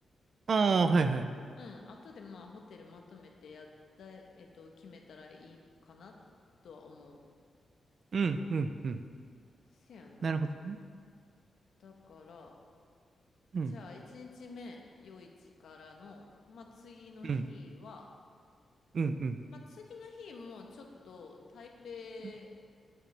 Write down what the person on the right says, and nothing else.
ああ、はいはい。
うん。うん。うん。
なるほどね。
うん。
うん。うん。うん。
うん。